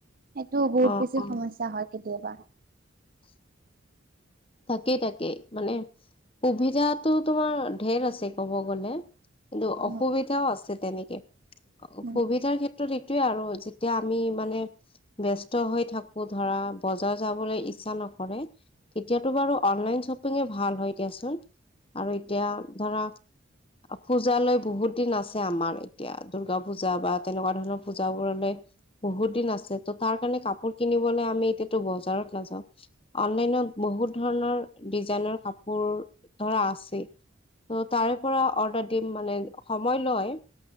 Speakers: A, on the right; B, on the left.
A: তটো বহুত
B: অ',
A: বেছি
B: অ',
A: সমস্যা হয় কেতিয়াবা
B: তাকেই তাকেই মানে সুবিধাতটো তোমাৰ ধঢেৰ আছে ক'ব গ'লে কিন্তু
A: উম,
B: অসুবিধাও আছে তেনেকে অ',
A: উম।
B: সুবিধাৰ ক্ষেত্ৰত এইটোয়ে আৰু যেতিয়া আমি মানে ব্যস্ত হৈ থাকো ধৰা বজাৰ যাবলৈ ইচ্ছা নকৰে এতিয়াতো বাৰু অনলাইন শ্বপিঙে ভাল হয় দিয়াচোন আৰু এতিয়া ধৰা পূজালৈ বহুত দিন আছে আমাৰ এতিয়া দূৰ্গা পূজা বা তেনেকুৱা ধৰণৰ পুজাবোৰলে। বহুত দিন আছে তাৰ কাৰণে আমি এতিযা বজাৰ তো নাযাওঁ। বহুত ধৰণৰ ডিজাইনৰ কাপোৰ ধৰা আছে। ত' তাৰে পৰা অৰ্ডাৰ দিম মানে, সময় লয়।